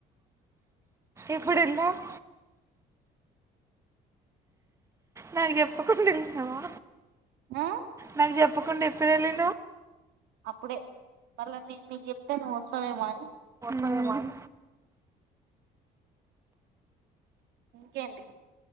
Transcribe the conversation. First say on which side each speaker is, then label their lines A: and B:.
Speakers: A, on the right; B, on the right.
A: ఎప్పుడు ఎల్లావ్ నాకు చెప్పకుండా ఎల్లినావా
B: ఆ
A: నాకు చెప్ చెప్పకుండా ఎప్పుడు ఎల్లినవ్
B: అప్పుడే మళ్ళా నేను నీకు చెప్తే నువ్వు వస్తావేమో అని
A: మ్మ్.
B: ఇంకేంటి